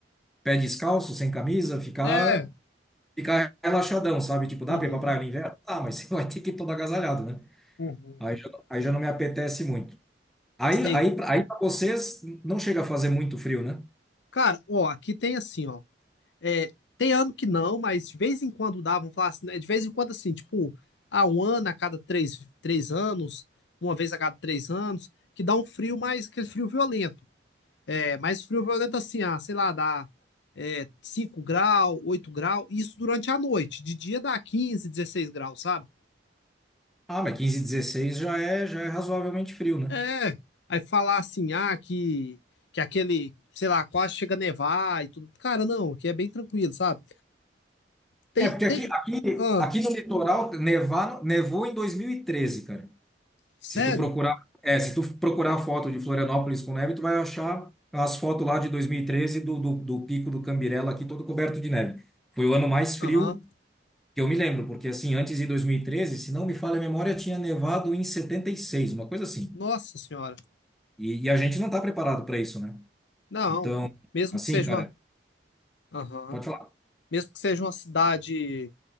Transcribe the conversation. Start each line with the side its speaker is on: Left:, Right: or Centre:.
Centre: pé descalço, sem camisa, ficar
Left: É,
Centre: ficar relaxadão, sabe? Tipo, dá
Left: Uhum,
Centre: para ir para praia no inverno? Ah, mas <laughs> você vai ter que ir todo agasalhado, né?
Left: uhum.
Centre: Aí já, aí já não me apetece muito. Aí
Left: Sei.
Centre: aí aí para vocês não chega a fazer muito frio, né?
Left: Cara, ó, aqui tem assim, ó. É, tem ano que não, mas de vez em quando dá, vamos falar assim, né? De vez em quando, assim, tipo, há um ano a cada três, três anos, uma vez a cada três anos, que dá um frio mais, aquele frio violento. É, mas frio violento assim, ah, sei lá, dá é, 5 graus, 8 graus, isso durante a noite. De dia dá 15, 16 graus, sabe?
Centre: Ah, mas 15 16 já é já é razoavelmente frio, né?
Left: É, aí falar assim, ah, que, que aquele, sei lá, quase chega a nevar e tudo. Cara, não, aqui é bem tranquilo, sabe? Tem,
Centre: É, porque aqui,
Left: tem.
Centre: aqui,
Left: Ah,
Centre: aqui no litoral nevar, nevou em 2013, cara.
Left: sério?
Centre: Se tu procurar, é, se tu procurar foto de Florianópolis com neve, tu vai achar as fotos lá de 2013 do, do, do Pico do Cambirela aqui todo coberto de neve. Foi o ano mais frio
Left: Aham.
Centre: que eu me lembro, porque assim, antes de 2013, se não me falha a memória, tinha nevado em 76, uma coisa assim.
Left: Nossa senhora.
Centre: E, e a gente não tá preparado para isso, né?
Left: Não,
Centre: Então,
Left: mesmo
Centre: assim,
Left: que seja
Centre: cara,
Left: uma. Aham.
Centre: pode falar.
Left: Mesmo que seja uma cidade.